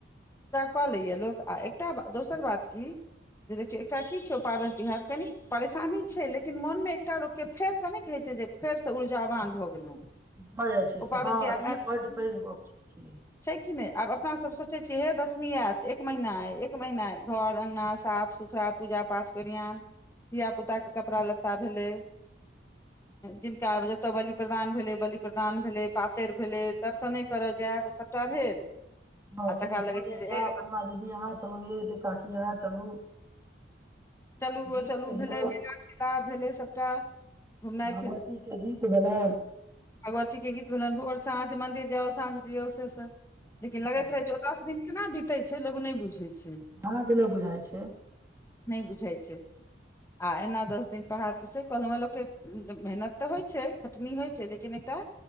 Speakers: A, on the left; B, on the right.
A: कऽ लैये लोक आ एकटा दोसर बात की जे देखियौ एकटा की छै पाबनि तिहार कनि परेशानी छै लेकिन मोन मे एकटा लोक के फेरसँ नहि कहै छै जे जे फेर से ऊर्जावान भऽ गेलऊ
B: भऽ जाइ छै से
A: ओ पाबनि
B: हँ
A: तिहार
B: ई
A: आइब
B: बड्ड पैघ गप छियै
A: छै कि नय आब अपना सब सोचै चेहे दस <unintelligible> नी आत एक महिना ऐ एक महिना ऐ घर अगना साफ सुथरा पूजा पाठक ओरियन धिया पुताके कपड़ा लत्ता भेलै जिनका आब जतय बलि प्रदान भेलै बलि प्रदान भेलै पातर भेलै दर्शने करब जायब सभटा भेल
B: हँ
A: आ
B: कनि
A: तकरा
B: सगें
A: लगै छै जे
B: जाएब
A: ए
B: अहां दीदी अहाँ चलू य त काकी अहाँ चलू
A: चलू
B: गीत
A: ओ चलू
B: कहियौ
A: भेलै मेला ठेला भेलै सभटा घुमनाइ
B: भगवतीके गीत भेलैन
A: भगवतीके गीत भेलन भोर साँझ मन्दिर जाउ साँझ दियौ से सब लेकिन लगैत
B: हँ,
A: रहे छै ओ दस दिन केना बितै छै लोक नै बुझै छै
B: हँ जे ने बुझाइ छै
A: नय बुझाय छै आ एना दस दिन पाहर से कहलऊ हेँ लोक के मेहनत तऽ होइत छै खटनी होइ छै लेकिन के नय त